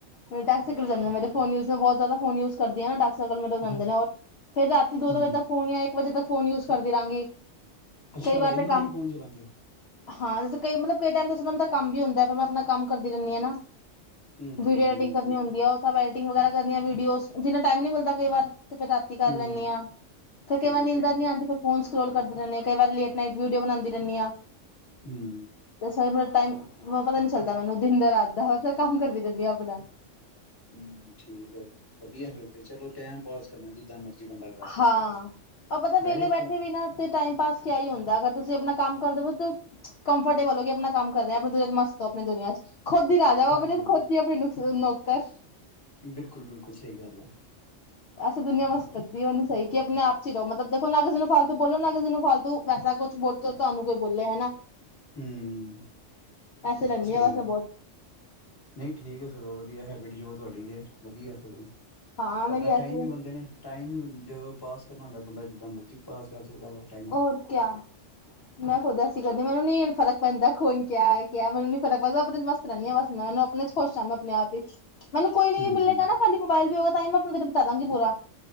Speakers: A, on the left; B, on the left.
A: ਮੇ ਡੈਸਲ ਜਾਂਦੇ ਮੇਰੇ ਫੋਨ ਯੂਜ ਮੈਂ ਬਹੁਤ ਜ਼ਿਆ- ਦਾ ਫੋਨ ਯੂਜ ਕਰਦੀ ਨਾ ਡਸ ਜਗਲ ਮਡਲ ਜਾਂਦੇ
B: ਹੂੰ
A: ਨੇ, ਰ ਫਿਰ ਰਾਤੀ ਦੋ
B: ਹੂੰ
A: ਵਜੇ ਤੱਕ ਫੋਨ ਜਾਂ, ਇੱਕ ਵਜੇ ਤੱਕ, ਫੋਨ ਯੂਜ਼ ਕਰਦੀ ਰਹਾਂਗੀ।
B: ਅੱਛਾ
A: ਕਈ ਵਾਰ,
B: ਇੰਨੀ
A: ਤਾਂ
B: ਲੇਟ
A: ਕੰਮ
B: ਫੋਨ ਚਲਾਉਂਦੇ ਹੋ।
A: ਹਾਂ ਕਈ ਮਤਲਬ, ਕਈ ਟਾਈਮ ਤੇ ਕੰਮ ਵੀ ਹੁੰਦਾ, ਫਿਰ ਮੈਂ ਆਪਣਾ ਕੰਮ ਕਰਦੀ, ਰਹਿੰਦੀ ਹਾਂ ਨਾ
B: ਹੂੰ ਹੂੰ
A: ਵੀਡੀਓ,
B: ਹੂੰ
A: ਐਡੀਟਿੰਗ ਕਰਨੀ
B: ਠੀਕ
A: ਹੋਣ ਗਈਆਂ। ਸਭ ਐਡਟਿੰਗਵਗੈਰਾ ਕਰਨੀਆ ਵੀਡੀਓਜ਼ ਦਿਨੇ ਟਾਈਮ ਨਹੀਂ ਮਿਲਦਾ ਕਈਵਾਰ ਤੇ ਫਿਰ ਰਾ ਕਰ
B: ਹੂੰ
A: ਲੈਂਦੀ
B: ਹੂੰ
A: ਹਾਂ, ਫਿਰ ਕਈ
B: ਠੀਕ
A: ਵਾਰੀ ਨੀਂਦਰ
B: ਹੈ
A: ਨੀ ਆਉਂਦੀ ਫਿਰ ਫੋਨ ਸਕੋਲ ਕਰਦੀ ਰਹਿੰਦੀ ਕਈ ਵਾਰ, ਲੇਟ ਨਾਈਟ ਵੀਡੀਓ ਬਣਾਉਂਦੀ ਰਹਿੰਦੀ ਹਾਂ
B: ਹੂੰ
A: ਤੇ ਟਾਇਮ ਮੈਂਨੂੰ ਪਤਾ ਨੀ ਚੱਲਦਾ, ਮੈਨੂੰ ਦਿਨ ਦਾ ਰਾਤ ਬਸ ਕੰਮ, ਕਰਦੀ ਰਹਿੰਦੀ ਹਾਂ ਆਪਣਾ
B: ਹਮ ਠੀਕ ਹੈ ਵਧੀਆ ਫਿਰ, ਚਲੋ ਟਮ ਪਾਸ, ਕਰਨਾ, ਜਿੱਦਾਂ ਮਰਜ਼ੀ ਬੰਦਾ ਕਰ ਲੈ
A: ਹਾਂ।
B: ਪਾਸ
A: ਅ ਪਤਾ ਵਿਹਲੇ
B: ਵੈਸੇ
A: ਬੈਠੇ
B: ਫੋ
A: ਵੀ ਨਾ ਤੇ ਟਾਈਮ ਪਾਸ ਕਿਆ ਹੀ ਹੁੰਦਾ, ਅਗਰ ਤੁਸੀਂ ਆਪਣਾ ਕੰਮ ਕਰ ਦੇਵੋ ਤਾਂ ਕੰਫਰਟੇਬਲ ਹੋ ਕੇ, ਆਪਣਾ ਕੰਮ ਕਰ ਰਹੇ, ਆਪਣੀ ਦੁਨੀਆਂ ਮਸਤ ਹੋ, ਆਪਣੀ ਦੁਨੀਆਂ ਚ ਖੁਦ ਦੀ ਰਾਜਾ, ਵ
B: ਹਾਂਜੀ
A: ਆਪਣੇ
B: ਹਾਂਜੀ
A: ਖੁਦ ਦੀ ਆਪਣੀ ਨੌਕਰ
B: ਬਿਲਕੁਲ- ਬਿਲਕੁਲ ਸਹੀ ਗੱਲ ਆ।
A: ਐਸ ਦੁਨੀਆ ਵਾਸਤੇ ਸਹੀ ਕਿ, ਆਪਣੇ ਆਪ ਹੀ ਰਹੋ, ਮਤਲਬ ਦੇਖੋ ਨਾ ਕਿਸੇ ਨੂੰ ਫਾਲਤੂ ਬੋਲੋ, ਨ ਕਿਸੇ ਨੂੰ ਫਾਲਤੂ ਵੈਸਾ ਕੁਛ ਬੋਲ ਤੁਹਾਨੂੰ ਕੋਈ ਬੋਲੇ ਹਨਾ।
B: ਹਮ
A: ਐਸੇ ਰਹਿੰਦੀ
B: ਸਹੀ
A: ਆ ਬਸ
B: ਗੱਲ।
A: ਮੈਂ ਬਹੁਤ
B: ਨਹੀਂ ਠੀਕ ਹੈ, ਸਗੋਂ ਵਧੀਆ ਹੈਬਿਟ, ਜੋ ਤੁਹਾਡੀ ਇਹ ਵਧੀਆ ਸਗੋਂ।
A: ਹਾਂ ਮੇਰੀ
B: ਆਪਣਾ, ਟਾਈਮ
A: ਐਸੀ ਹੈ
B: ਵੀ ਬੰਦੇ ਨੇ, ਟਾਈਮ ਵੀ ਜੇ ਪਾਸ ਕਰਨਾ ਹੁੰਦਾ ਬੰਦਾ ਜਿੱਦਾਂ, ਮਰਜ਼ੀ ਪਾਸ ਕਰ ਸਕਦਾ ਵਾ। ਟਾਈਮ
A: ਹੋਰ ਕਿਆ ਮੈਂ ਖੁੱਦ ਹਸੀ ਜਾਂਦੀ, ਮੈਨੂੰ ਨੀ ਫਰਕ ਪੈਂਦਾ ਕੋਣ ਕਿਆ -ਕਿਆ ਮੈਨੂੰ ਨੀ ਫਰਕ ਪੈਂਦਾ ਆਪਣੇ ਚੱ ਮਸਤ? ਰਹਿੰਦੀ ਹਾਂ ਬਸ ਮੈਂ, ਉਹਨੂੰ ਆਪਣੇ ਚ ਖੁਸ਼ ਮੈਂ ਆਪਣੇ ਆਪ ਹੀ। ਮੈਨੂੰ, ਕੋਈ ਨ
B: ਹੂੰ
A: ਵੀ ਮਿਲੇਗਾ
B: ਹੂੰ
A: ਨਾ, ਸਾ ਮੋਬਾਈਲ ਨਾਲ ਵੀ ਹੇਗਾ ਤਾਂ ਮੈਂ ਆਪਣਾ ਦਿਨ ਬਿਤਾਵਾਂਗੀ ਪੂਰਾ।